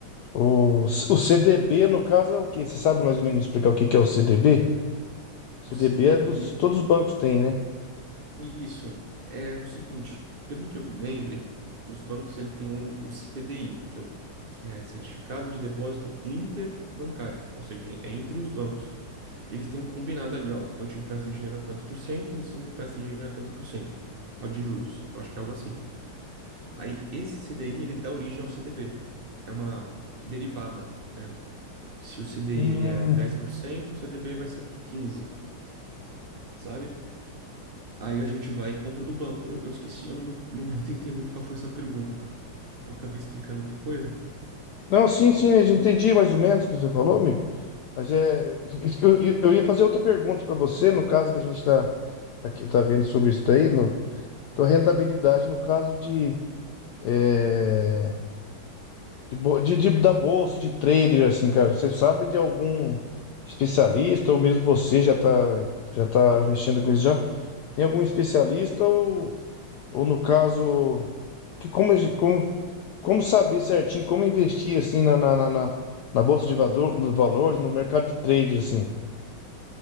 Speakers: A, on the left (about 85°); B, on the right (about 70°).
A: O, o CDB, no caso, é o quê? Você sabe mais ou menos explicar o que que é o CDB? CDB
B: O CDB,
A: é dos, todos os bancos têm, né?
B: isso, é o seguinte, pelo que eu me lembre, os bancos, ele tem um, o CDI, que é, o, que é Certificado de Depósito Interbancário, ou seja, é entre os bancos. Eles têm um combinado ali, ó, eu te empresto dinheiro a tanto por cento, você me empresta dinheiro a tanto por cento, ó, de juros. Eu acho que é algo assim. Aí esse CDI ele dá origem ao CDB. É uma derivada, né? Se o CDI
A: Hum,
B: ele é 10%, o CDB vai ser 15, sabe? Aí a gente vai e compra do banco. Eu, eu esqueci, eu não me, não me <laughs> atentei muito qual foi essa pergunta. Eu acabei explicando outra coisa.
A: não, sim, sim, eu já entendi mais ou menos o que você falou, amigo. Mas é. Eu, eu eu ia fazer outra pergunta para você, no caso que a gente está. tá, Aqui tá vendo sobre isso daí, no, Tua rentabilidade no caso de, eh, de, bo- de- de- da bolsa, de trader, assim, cara. Você sabe de algum especialista, ou mesmo você já tá, já tá mexendo com isso já? Tem algum especialista ou, ou no caso, que como, a gen- como, como saber certinho, como investir, assim, na, na, na, na- na bolsa de valor, nos valores, no mercado de trader, assim?